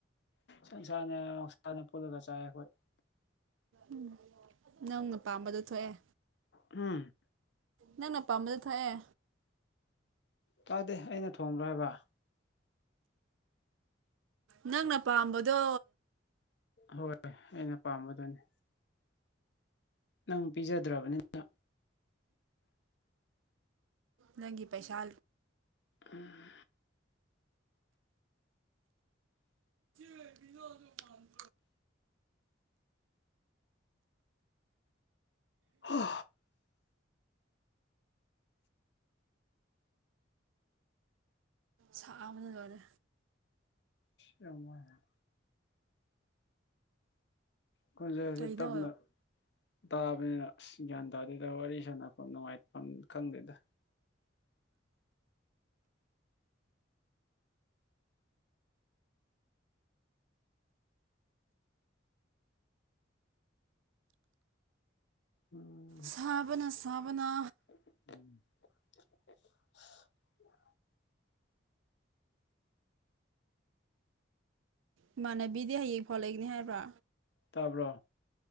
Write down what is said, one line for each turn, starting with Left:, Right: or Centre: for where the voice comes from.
Left: ꯁꯟꯁꯥꯅꯦ ꯑꯣꯛꯁꯥꯅꯦ ꯄꯨꯜꯂꯒ ꯆꯥꯏꯌꯦ ꯑꯩꯈꯣꯏ
Right: ꯎꯝ ꯅꯪꯅ ꯄꯥꯝꯕꯗꯣ ꯊꯣꯛꯑꯦ
Left: ꯍꯨꯝ
Right: ꯅꯪꯅ ꯄꯥꯝꯕꯗꯣ ꯊꯣꯛꯑꯦ
Left: ꯇꯥꯗꯦ ꯑꯩꯅ ꯊꯣꯡꯕ꯭ꯔꯥ ꯍꯥꯏꯕ
Right: ꯅꯪꯅ ꯄꯥꯝꯕꯗꯣ
Left: ꯍꯣꯏ ꯑꯩꯅ ꯄꯥꯝꯕꯗꯨꯅꯤ ꯅꯪ ꯄꯤꯖꯗ꯭ꯔꯕꯅꯤꯅ
Right: ꯅꯪꯒꯤ ꯄꯩꯁꯥ
Left: ꯎꯝ
Right: <unintelligible>
Left: ꯍꯥ
Right: ꯁꯥꯕꯅ ꯂꯣꯏꯔꯦ
Left: ꯌꯥꯝ ꯋꯔꯦ ꯈꯣꯟꯖꯦꯟꯁꯦ
Right: ꯀꯩꯅꯣ
Left: ꯇꯞꯅ ꯇꯥꯕꯅꯤꯅ ꯑꯁ ꯒ꯭ꯌꯥꯟ ꯇꯥꯗꯦꯗ ꯋꯥꯔꯤ ꯁꯥꯟꯅꯐꯝ ꯅꯨꯡꯉꯥꯏꯐꯝ ꯈꯪꯗꯦꯗ ꯎꯝ
Right: ꯁꯥꯕꯅ ꯁꯥꯕꯅ
Left: <unintelligible>
Right: ꯏꯃꯥꯟꯅꯕꯤꯗꯤ ꯍꯌꯦꯡ ꯐꯧ ꯂꯩꯒꯅꯤ ꯍꯥꯏꯕ꯭ꯔꯥ
Left: ꯇꯥꯕ꯭ꯔꯣ